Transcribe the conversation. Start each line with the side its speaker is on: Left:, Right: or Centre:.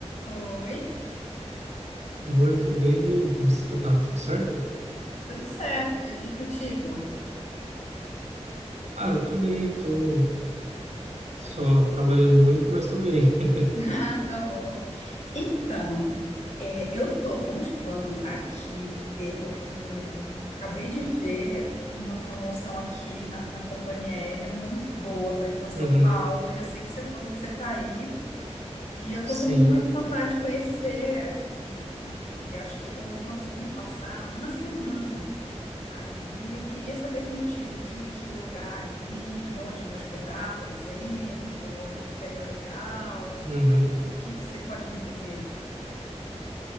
Left: Oi,
Right: Oi, tudo bem? E aí, como você tá? Tudo certo?
Left: tudo certo? E contigo?
Right: Ah, eu tô bem, tô só trabalhando muito, mas tô bem. <laughs>
Left: <laughs> Ah, tá bom. Então, é, eu tô com os planos aqui. Eu, eu acabei de ver uma promoção aqui na, na companhia aérea muito boa para ir para São
Right: Uhum,
Left: Paulo. E eu sei que você, você tá aí. E eu
Right: sim.
Left: tô com muita vontade de conhecer. E, e eu acho que eu vou conseguir passar uma semana. Aí eu queria saber contigo que, que lugar aí, onde me hospedar, por exemplo, onde ficaria legal, o
Right: Uhum,
Left: que, que você pode me dizer?